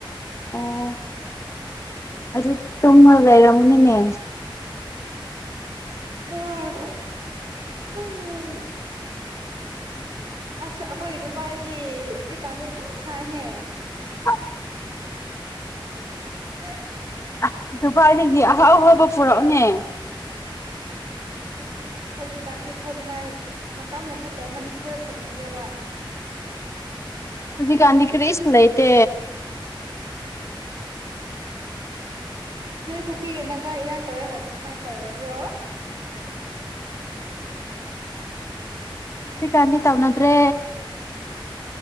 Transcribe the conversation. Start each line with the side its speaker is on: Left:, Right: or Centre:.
Left: ꯑꯣ ꯑꯗꯨ ꯇꯨꯡꯉꯣꯏ ꯂꯩꯔꯝꯃꯅꯅꯦ
Right: ꯍꯝ ꯎꯝ ꯑꯁ ꯑꯩꯈꯣꯏ ꯗꯨꯕꯥꯏꯗꯤ ꯍꯧꯖꯤꯛꯀꯥꯟꯗꯤ ꯌꯥꯝ ꯁꯥꯏꯅꯦ
Left: ꯁ
Right: ꯍꯥ
Left: ꯁ ꯗꯨꯄꯥꯥꯏꯗꯒꯤ ꯑꯍꯥꯎ ꯑꯍꯥꯎꯕ ꯄꯨꯔꯛꯎꯅꯦ
Right: ꯑꯁ ꯍꯧꯖꯤꯛꯀꯥꯟꯁꯦ ꯊꯣꯛꯅꯤꯡꯉꯥꯏ ꯃꯇꯝꯅ ꯐꯠꯇꯕ ꯃꯅꯤꯄꯨꯔꯗ ꯊꯣꯛꯅꯤꯡꯗꯦꯕ ꯎꯝ
Left: ꯍꯧꯖꯤꯛ ꯀꯥꯟꯗꯤ ꯀꯔꯤꯁꯨ ꯂꯩꯇꯦ
Right: ꯅꯣꯏ ꯀꯨꯀꯤ ꯌꯦꯠꯅꯒ ꯏꯔꯥꯡ ꯇꯧꯋꯦ ꯍꯥꯏꯗ ꯀꯃꯥꯏꯅ ꯇꯧꯔꯕ꯭ꯔꯣ
Left: ꯁꯤ ꯈꯗꯤ ꯇꯋꯥꯅꯗ꯭ꯔꯦ